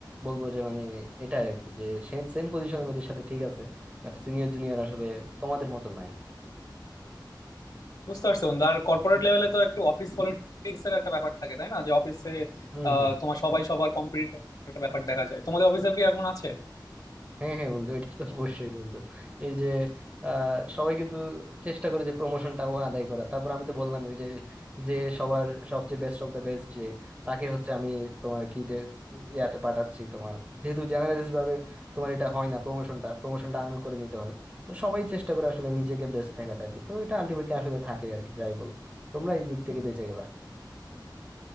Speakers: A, on the right; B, on the left.
A: বলবো যে মানে এটা আর কি যে সেম সেম পজিশনের ওদের সাথে ঠিক আছে বাট সিনিয়র জুনিয়র আসলে তোমাদের মতো নাই
B: বুঝতে পারছি বন্ধু আর কর্পোরেট লেভেলে তো একটু অফিস পলিটিক্স এর একটা ব্যাপার থাকে তাই না যে অফিসে
A: হম
B: তোমার সবাই সবার কম্পিটিটর একটা ব্যাপার দেখা যায় তোমাদের অফিসে কি এরকম আছে
A: হ্যাঁ হ্যাঁ বন্ধু এটা তো অবশ্যই বন্ধু এই যে আহ, সবাই কিন্তু চেষ্টা করে যে প্রমোশনটা ও আদায় করা তারপর আমি তো বললাম ওই যে যে সবার সবচেয়ে বেস্ট অফ দ্য বেস্ট যে তাকে হচ্ছে আমি তোমার কি যে ইয়াতে পাঠাচ্ছি তোমার যেহেতু জেনারেলিস্ট ভাবে তোমার এটা হয় না প্রমোশনটা প্রমোশনটা আর্ন করে নিতে হয় তো সবাই চেষ্টা করে আসলে নিজেকে বেস্ট দেখাতে আর কি তো এটা আলটিমেটলি আসলে থাকে আর কি যাই বল তোমরা এই দিক থেকে বেঁচে গেলা